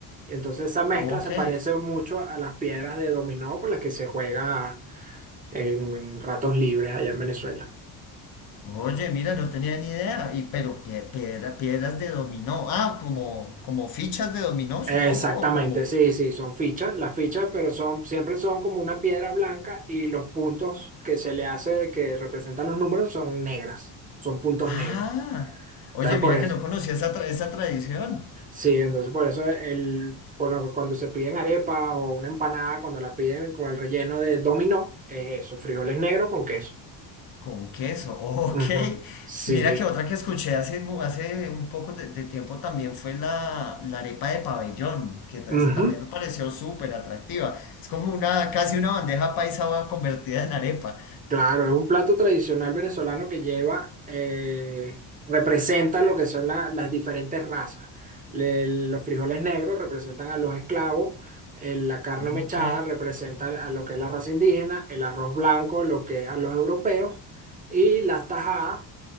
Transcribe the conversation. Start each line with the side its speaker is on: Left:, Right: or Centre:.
Right: Y entonces esa mezcla
Left: Ok.
Right: se parece mucho a las piedras de dominó con las que se juega en en ratos libres allá en Venezuela.
Left: Oye, mira, no tenía ni idea. Y, pero pie- piedra- piedras de dominó. Ah, como, como fichas de dominó, supongo,
Right: Exactamente,
Left: o como.
Right: sí, sí, son fichas, las fichas, pero son, siempre son como una piedra blanca y los puntos que se le hace, que representan los números, son negras, son puntos
Left: Ah,
Right: negros.
Left: oye,
Right: Entonces,
Left: mira
Right: por eso,
Left: que no conocía esa, tra- esa tradición.
Right: sí, entonces por eso el, por lo que cuando se piden arepa o una empanada, cuando la piden con el relleno de dominó, es eso, frijoles negros con queso.
Left: Con queso, ok.
Right: Ujú, Sí.
Left: Mira que otra que escuché hace, mu- hace un poco de, de tiempo también fue la, la arepa de pabellón, que ta- esa
Right: Ujú.
Left: también me pareció súper atractiva. Es como una, casi una bandeja paisa convertida en arepa.
Right: Claro, es un plato tradicional venezolano que lleva, eh, representa lo que son la- las diferentes razas. Le- los frijoles negros representan a los esclavos, eh, la carne mechada
Left: Ok.
Right: representa a lo que es la raza indígena, el arroz blanco lo que es a los europeos y las tajadas,